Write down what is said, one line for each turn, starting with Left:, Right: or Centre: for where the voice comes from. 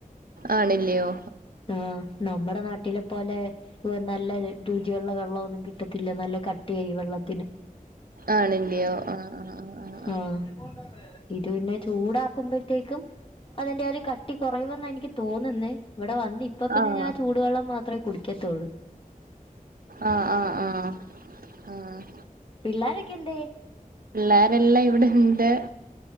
Right: ആണില്ലയോ
Left: ആഹ് നമ്മടെ നാട്ടിലെ പോലെ ഓഹ് നല്ല രുചിയൊള്ള വെള്ളവൊന്നും കിട്ടത്തില്ലാ നല്ല കട്ടിയാ ഈ വെള്ളത്തിന്.
Right: ആണില്ലയോ ആഹ് ആഹ്
Left: ആഹ് ഇത് പിന്നെ ചൂടാക്കുമ്പഴ്ത്തേക്കും അതിന്റെ ആ ഒരു കട്ടി കൊറയുവെന്നാ എനിക്ക് തോന്നുന്നേ ഇവിടെ വന്ന് ഇപ്പ പിന്നെ
Right: ആഹ് ആഹ്
Left: ഞാൻ ചൂടു വെള്ളം മാത്രെ കുടിക്കത്തുള്ളൂ
Right: ആഹ് ആഹ് ആഹ് ആഹ്
Left: പിള്ളാരെക്കെന്തിയെ?
Right: പിള്ളാരെല്ലാം ഇവിടെണ്ട്